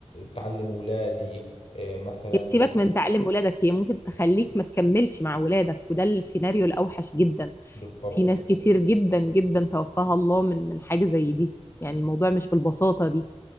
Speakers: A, on the left; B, on the left.
A: تعلم أولادي إيه، مثلا
B: هي سيبك من تعلم ولادك هي ممكن تخليك ما تكملش مع ولادك وده السيناريو الاوحش جدا
A: بالضبط
B: في ناس كتير جدا جدا توفاها الله من من حاجة زي دي يعني الموضوع مش بالبساطة دي